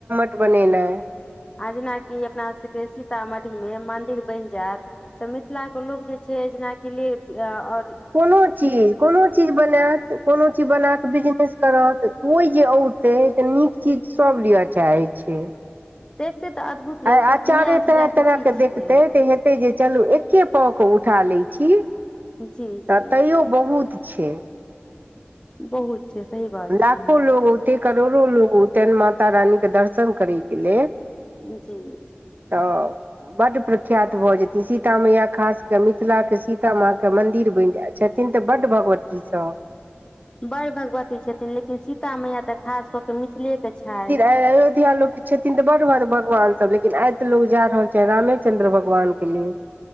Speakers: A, on the right; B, on the left.
A: बनेनाय।
B: आ जेनाकि अपना से के सी तामढ़ी मे मंदिर बैन जाएत तऽ मिथला के लोग जे छै जेना कि लेब आ और
A: कोनो चीज, कोनो चीज बनाएत, कोनो चीज बना के बिजनेस करत कोई ये औते तऽ नीक चीज सब लिये चाहे छै।
B: देखतै त अद्भुत लगतै
A: आय अचारे
B: कि नया चीज
A: तरह-तरह
B: आखिर की
A: के
B: छियै
A: देखतै ते हेतै जे चलु एके पौउ के उठा लै छी।
B: जी
A: त
B: जी
A: तैयो बहुत छै।
B: बहुत छै सही बात।
A: लाखो
B: छै
A: लोग औते करोड़ो लोग औतइन माता रानीके दर्शन करैके लेल।
B: जी।
A: तऽ बड्ड प्रख्यात भए जेतै सीता मैया खासके मिथिला के सीतामां के मंदिर बनि जाइत। छथिन तऽ बड्ड भगवती सब।
B: बड्ड भगवती छथिन लेकिन सीता मैया तऽ खास क के मिथिलेके छैथ।
A: अय अयोध्या लोक छेथिन तऽ बड बड भगवान सब लेकिन आइ तऽ लोग जा रहल छैय रामे चंद्र भगवान के लेल।